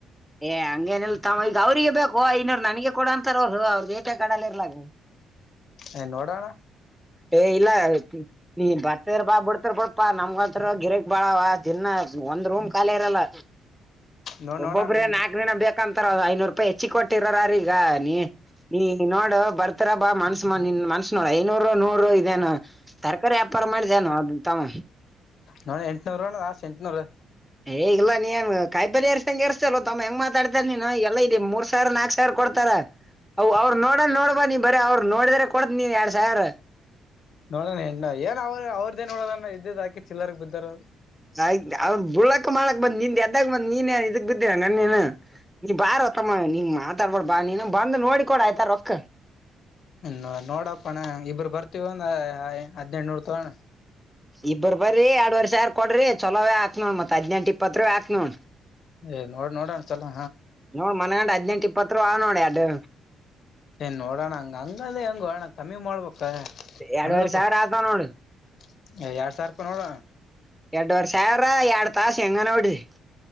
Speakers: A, in the centre; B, on the left.
A: ಏ ಹಂಗೇನಿಲ್ ತಮ್ ಈಗ ಅವ್ರಿಗೆ ಬೇಕೋ ಐನೂರ್ ನನಗೆ ಕೊಡ ಅಂತಾರ ಅವ್ರು ಅವ್ರದ ಎಟ್ಯಾಕ್ ಅಡಲ್ ಇರ್ಲ್ಯಕ್.
B: ಏ ನೋಡೋಣ.
A: ಏ ಇಲ್ಲ ನೀ ಬರ್ತಿರ ಬಾ ಬಿಡ್ತರ್ ಬಿಡ್ಪಾ ನಮ್ಗಂತ್ರು ಗಿರೆಕ್ ಬಾಳವ ದಿನ್ನ ಒಂದ್ ರೂಮ್ ಖಾಲಿ ಇರಲ್ಲ.
B: ನೋ
A: ಒಬ್ಬೊಬ್ರೇ
B: ನೋಡೋಣ ಇಲ್ಲಿ
A: ನಾಕ ದಿನ ಬೇಕಂತಾರ ಐನೂರು ರೂಪಾಯಿ ಹೆಚ್ಚಿಗ ಕೊಟ್ಟಿರೋರ ಹಾರ ಈಗ ನೀ. ನೀ ನೋಡ್ ಬರ್ತರಾ ಬಾ ಮನ್ಸ್ ಮಾಡ್ ನೀ ಮನ್ಸ ನೋಡ ಐನೂರ <unintelligible> ನೂರ ಇದೇನು ತರಕಾರಿ ವ್ಯಾಪಾರ ಮಾಡಿದೆನು ದು ತಮ್ಮ.
B: ನೋಡ ಎಂಟ್ನುರು ಲಾಸ್ಟ್ ಎಂಟ್ನೂರು.
A: ಹೇಗಿಲ್ಲ ನಿ ಏನ್ ಕಾಯಿಪಲ್ಯ ಏರ್ಸದಂಗ ಎರ್ಸತಲ್ಯೋ ತಮ್ಮ್ ಹೆಂಗ ಮಾತಾಡ್ತ್ಯಲ್ ನೀನ ಎಲ್ಲ ಇಲ್ಲಿ ಮೂರ್ ಸಾವಿರಾ ನಾಕ್ಸ ಸಾವರ್ ಕೊಡ್ತಾರ ಅವ ಅವ್ರ ನೋಡ ನೋಡ್ಬ ನೀ ಬರೆ ಅವ್ರು ನೋಡಿದ್ರೆ ಕೊಡ್ತ ನೀ ಎರಡ್ ಸಾವಿರ.
B: ನೋಡಣ ಹೆಂಗ ಏನ್ ಅವ್ ಅವರ್ದೇನ್ ನೋಡದನ್ ಇದ್ದಿದ್ ಹಾಕಿ ಚಿಲ್ಲರ್ಗ್ ಬಿದ್ದಾರ.
A: ಆಯ್ತ ಅವ ಬುಳಕ್ ಮಾಡಕ್ ಬಂದ್ ನಿಂದ ಎದ್ದಾಗ ಬಂದ್ ನೀನೆ ಇದಕ್ ಬಿದ್ದಿ ಏನ್ ನೀನ ನೀ ಬಾರೋ ಮ್ಮ ನಿನ್ ಮಾತಾಡ್ಬಡ ಬಾ ನೀನ ಬಂದ ನೋಡಿ ಕೊಡ ಆಯ್ತಾ ರೊಕ್ಕ.
B: ಹ ನೋಡಪ್ಪಣ್ಣ ಇಬ್ಬರು ಬರ್ತೀವ ಒಂದ ಹದಿನೆಂಟುನೂರು ತಗೋಣ್ಣ.
A: ಇಬ್ಬರು ಇಬ್ರು ಬರೀ ಯಾಡುವರಿ ಸಾವಿರ ಕೊಡ್ರಿ ಚಲೋವೆ ಹಾಕಿನಿ ಮತ್ ಹದ್ನೆಂಟ್ ಇಪ್ಪತೃವೆ ಹಾಕ್ ನೋ
B: ಏ ನೋಡ್ ನೋಡ ಒಂದ್ಸಲ.
A: ನೋಡ್ ಮನಗಂಡ್ ಹದನೆಂಟ ಇಪ್ಪತ್ತುರುವ ಆವ್ ನೋಡ ಯಾಡ್ಡು.
B: ಏ ನೋಡೋಣ ಹಂಗ ಹಂಗದೇ ಹೆಂಗೋಣ ಕಮ್ಮಿ ಮಾಡ್ಬೇಕ.
A: ಎರಡ್ವರ್
B: ಅಂದ್ರಬ
A: ಸಾವಿರ ಆತವ್ ನೋಡು
B: <inaudible> ಏ ಎರಡ್ ಸಾವಿರ ರೂಪಾಯಿ ನೋಡ.
A: ಎರಡ್ವರೆ ಸಾವಿರ ಎರಡ್ ತಾಸ ಹೆಂಗನ ವಡಿರಿ.